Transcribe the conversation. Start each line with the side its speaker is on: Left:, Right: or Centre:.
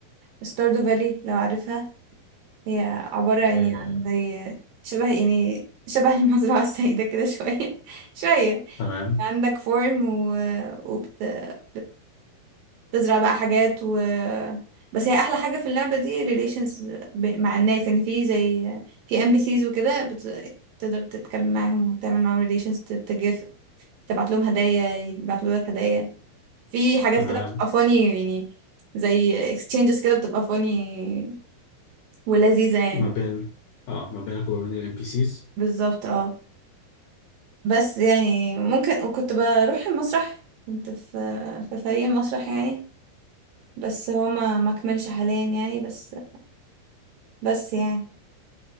Right: ستاردو فالي لو عارفها هي عبارة يعني
Left: آه،
Right: عن زي شبه يعني شبه <laughs> المزرعة السعيدة كده شوية <laughs> شوية
Left: تمام
Right: عندك فورم و... وبتزرع بقى حاجات و... بس هي أحلى حاجة في اللعبة دي relations ب... مع الناس يعني في زي في ام بي سيز وكده بت... تقدر تتكلم معاهم وتعمل معاهم relations ت- تجف تبعت لهم هدايا يبعتوا لك هدايا في حاجات
Left: تمام
Right: كده بتبقى funny يعني زي exchanges كده بتبقى funny ولذيذة يعني
Left: ما بين اه ما بينك وما بين الام بي سيز
Right: بالظبط اه بس يعني ممكن وكنت بروح المسرح كنت في في فريق مسرح يعني بس هو ما ما كملش حاليا يعني بس بس يعني